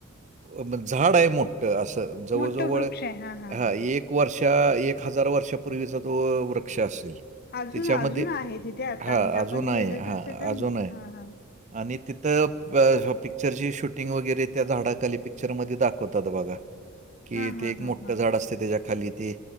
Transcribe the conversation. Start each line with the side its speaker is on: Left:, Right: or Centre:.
Right: अ म झाड आहे मोठं असं जवळजवळ
Left: मोठं वृक्ष आहे. हां, हां,
Right: हा
Left: हां.
Right: एक एक वर्षा एक हजार वर्षापूर्वीचा तो वृक्ष असेल.
Left: अजून
Right: त्याच्यामध्ये
Left: अजून आहे तिथे आता
Right: हा
Left: म्हणजे आपण
Right: अजून हा
Left: गेलो तर तिथे
Right: अजून आहे.
Left: हां, हां.
Right: आणि तिथं प शॉपिग पिक्चरची शूटिंग वगैरे त्या झाडाखाली पिक्चरमध्ये दाखवतात बघा. कि
Left: हां, हां,
Right: ते एक
Left: हां,
Right: मोठं
Left: हां.
Right: झाड असते त्याच्या खाली ते